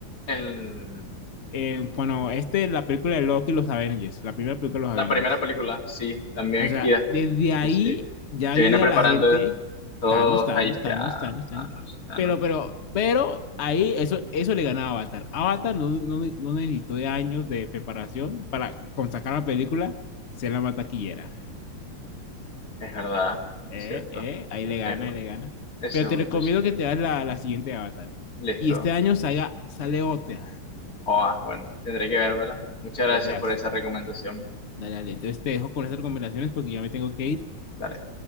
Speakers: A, on the left; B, on the left.
A: El,
B: En- cuando este, la película de Loki y los Avengers, la primera película de los
A: La
B: Avengers.
A: primera película, sí, también.
B: O sea,
A: Y de-
B: desde
A: sí,
B: ahí
A: sí.
B: ya
A: Se
B: viene
A: viene preparando
B: a la gente,
A: todo
B: Thanos, Thanos,
A: hypeado.
B: Thanos, Thanos, Thanos.
A: Thanos, Thanos.
B: Pero, pero, pero ahí eso, eso le ganaba a Avatar. Avatar no, no, no necesitó de años de preparación para con sacar la película, ser la más taquillera.
A: Es verdad, es
B: Eh,
A: cierto.
B: eh, ahí le gana,
A: Es,
B: ahí le gana.
A: ese
B: Pero
A: es
B: te
A: un
B: recomiendo
A: touché.
B: que te hagas la, la siguiente de Avatar.
A: Listo.
B: Y este año salga, sale otra.
A: Joa, bueno, tendré que vérmela. Muchas gracias
B: Ese as.
A: por esa recomendación.
B: Dale, dale. Entonces te dejo con esas recomendaciones porque ya me tengo que ir.
A: Dale.